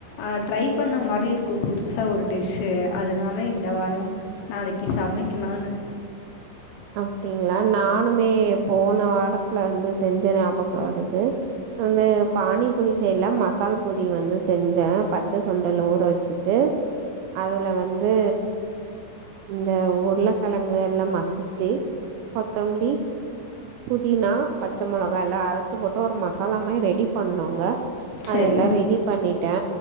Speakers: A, on the left; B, on the right.
A: அ ட்ரை பண்ண மாரியு இருக்கு புதுசா ஒரு டிஷ்ஷூ அதுனால இந்த வாரோ நாளைக்கு சமைக்கலான்னு
B: அப்படிங்களா நானுமே போன வாரத்துல வந்து செஞ்ச ஞாபோக வருது அந்த பானிபூரி செய்ல மசால் பொரி வந்து செஞ்சே பச்ச சுண்டல் ஊற வச்சுட்டு அதுல வந்து இந்த உருளைக்கழங்கு எல்லா மசிச்ச ச்சி கொத்தம்லி புதினா பச்ச மிளகா எல்லா அரைச்சி போட்டு ஒரு மசாலா மாரி ரெடி பண்ணோங்க
A: சரி
B: அதெல்லா ரெடி பண்ணிட்டே